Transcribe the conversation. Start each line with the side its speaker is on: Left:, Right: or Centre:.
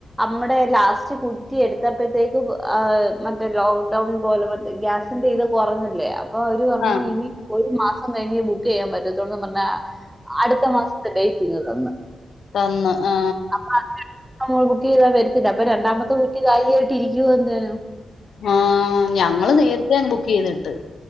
Centre: അമ്മടെ ലാസ്റ്റ് കുറ്റി എടുത്തപ്പോഴത്തേക്കും ആഹ് മറ്റേ ലോക്ക്ഡൗൺ പോലെ ഗ്യാസ് എന്തേ ത് കുറഞ്ഞില്ലേ അപ്പൊ അവര് ഓഹ്
Left: ആ
Centre: ഇനി ഒരുമാസം കഴിഞ്ഞേ ബുക്ക്യ്യാൻ പറ്റത്തുള്ളോന്ന് പറഞ്ഞ അടുത്ത മാസത്തെ ഡെയ്റ്റ് ഇങ് തന്ന്
Left: തന്ന് ആ
Centre: അപ്പൊ <unintelligible> നമ്മൾ ബുക്ക് ചെയ്താൽ വരത്തില്ല അപ്പൊ രണ്ടാമത്തെ കുറ്റി കാലിയായിട്ട് ഇരിക്കുവോന്തേനോ
Left: ആഹ് ഞങ്ങള് നേരത്തെങ്‌ ബുക്ക്യ്തിട്ട്